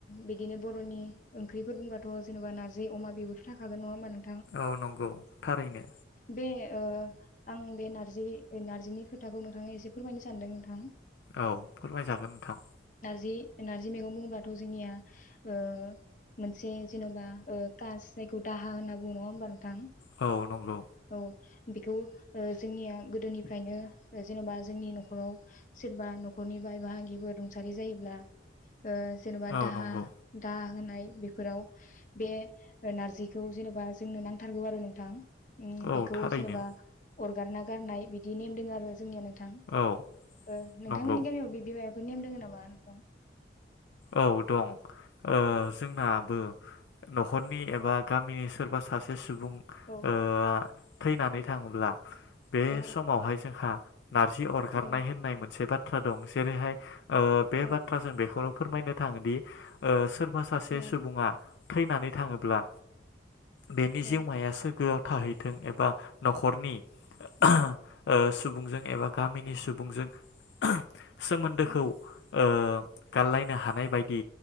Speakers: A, on the left; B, on the left.
A: बिदिनो बर'नि ओंख्रिफोर बुंबाथ' जेनेबा नारजि अमा बेबोथ' थाखागोन नङा होमबा नों
B: औ नंगौ थारैनो
A: बे ओ आं बे नारजि नारजिनि खोथाखौ नोंथांनो एसे फोरमायनो सानदों नोंथां
B: औ फोरमायजागोन नोंथां
A: जि नारजि मेगं बुङोबाथ जोंनिया ओ मोनसे जेनबा ओ कास जायखो दाहा होनना बुङो नङा होनबा नोंथां
B: औ नंगौ
A: औ बेखौ ओ जोंनिया गोदोनिफ्रायनो जेन'बा जोंनि न'खराव सोरबा न'खरनि बाय बाहागिफोर रुंसारि जायो। ब्ला ओ जेन'बा
B: औ
A: दाहा
B: नंगौ
A: दा होनाय बेफोराव बे नारजिखौ जेन'बा जोंनो नांथारगौ आरो नोंथां उम
B: औ
A: बेखौ
B: थारैनो
A: जेनेबा अरगारना गारनाय बिदि नेमदों आरो जोंनियानो थां
B: औ
A: ओ नोंथांमोननि
B: नंगौ
A: गामियाव बिदिमाया बे नेम दोङो नामा <unintelligible>
B: औ दं ओ जोंनाबो न'खरनि एबा गामिनि सोरबा सासे सुबुं बुं
A: औ
B: ओ थैनानै थाङोब्ला बे
A: औ
B: समावहाय जोंहा नारजि अरगारनाय
A: औ
B: होननाय मोनसे बाथ्रा बाथ्रा दं जेरैहाय ओ बे
A: औ
B: बाथ्रा जों बेखौल' फोरमायनो थाङोदि ओ सोर सोरबा सासे
A: औ
B: सुबुङा थैनानै थाङोब्ला बेनि
A: औ
B: जिउमाया सोरगोआव थाहैथों एबा न'खरनि ओ
A: औ
B: सुबुं सुबुंजों एबा गामिनि सुबुंजों <inaudible> सोमोन्दोखौ
A: औ
B: ओ गारलायनो हानाय बायदि